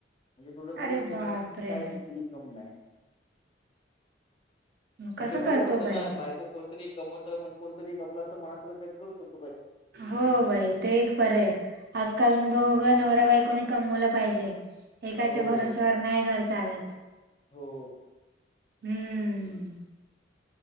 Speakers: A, on the left (about 25°); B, on the right (about 55°).
A: म्हणजे टोटल
B: अरे
A: तीन महिने,,
B: बापरे
A: कायच इनकम नाय, मग
B: कसं
A: ते बरं
B: करतो
A: पडतं
B: बाई
A: ना,, बायको कोणतरी एक कमवतं,, मग कोणतरी आपलं असं,, मस का करू शकतऽऽ
B: हो बाई,, ते एक बर आहे,, आजकाल दोघं नवराबाई कोणी कमवला पाहिजे. एकाच्या
A: हो,
B: भरोसवर नाही घर चालत.
A: हो,
B: हम्म,